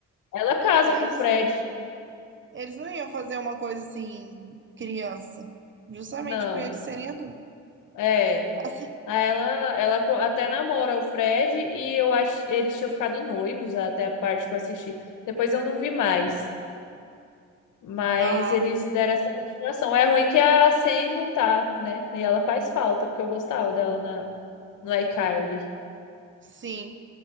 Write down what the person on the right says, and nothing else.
É,
eles,
eles não iam fazer uma coisa assim, criança. Justamente
por eles serem adultos.
Assim.
Aham.
Sim.